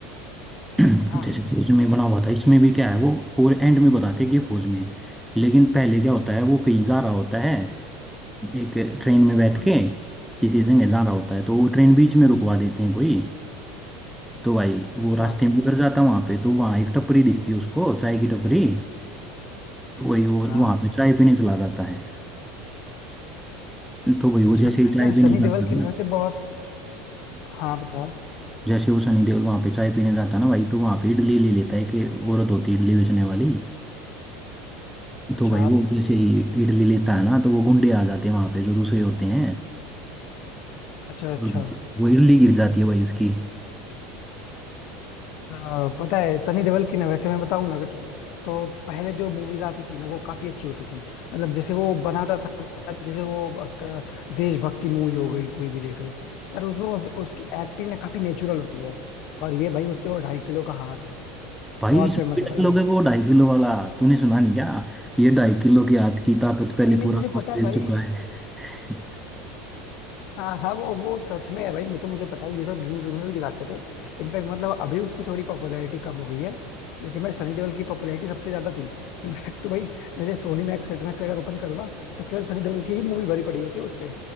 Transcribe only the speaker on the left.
हाँ
हाँ
अच्छा
हाँ
अच्छा
यार
सनी
देओल की
ना वैसे बहुत हाँ बता
अच्छा
अच्छा अच्छा
आ, पता है सनी देओल की ना वैसे मैं बताऊं ना अगर तुझे तो पहले जो मूवीज आती थी ना वो काफी अच्छी होती थी मतलब जैसे वो बनाता था ना, जैसे वो अ, देशभक्ति मूवी हो गई कोई भी देख ले यार उसमें उस, उसकी एक्टिंग ना काफी नेचुरल होती है और ये भाई उसके वो ढाई किलो का हाथ
बहुत
फेमस
है
भाई ये
नहीं नहीं
मुझे
पता
है भाई
हाँ हाँ वो वो सच में है भाई मैं तो मुझे पता है ये तो न्यूज में भी दिखाते थे इनफैक्ट मतलब अभी उसकी थोड़ी पॉपुलैरिटी कम हो गई है लेकिन भाई सनी देओल की पॉपुलैरिटी सबसे ज्यादा थी इनफैक्ट तो भाई जैसे सोनी मैक्स सेट मैक्स अगर ओपन करो ना तो केवल सनी देओल की ही मूवी भरी पड़ी होती है उस पे